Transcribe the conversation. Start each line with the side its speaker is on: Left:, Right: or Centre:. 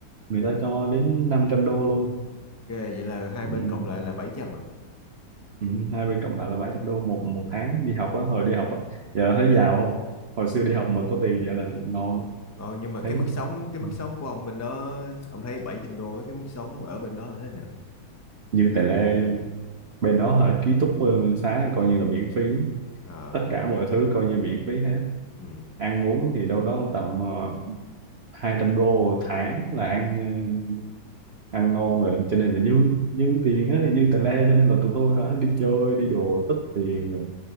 Right: người ta cho đến 500 đô luôn
Left: ghê, vậy là hai
Right: Ừ.
Left: bên cộng lại là 700 à
Right: Ừ, hai bên cộng lại là bảy trăm đô một một tháng đi học á hồi đi học á giờ thấy giàu không hồi xưa đi học mà có tiền vậy là ngon lắm.
Left: ngon nhưng mà cái
Right: thấy
Left: mức sống cái mức
Right: ừ,
Left: sống của ông bên đó ông thấy 700 đô với cái mức sống ở bên đó là thế nào
Right: như tài lê luôn bên đó hả ký túc ờ, xá coi như là miễn phí
Left: à
Right: tất cả mọi thứ coi như miễn phí hết
Left: ừ
Right: ăn uống thì đâu đó tầm uh, 200 đô một tháng là ăn ờ, ăn ngon rồi cho nên là dư dư tiền á dư tài lê cho nên là tụi tôi hả đi chơi đi đồ tích tiền rồi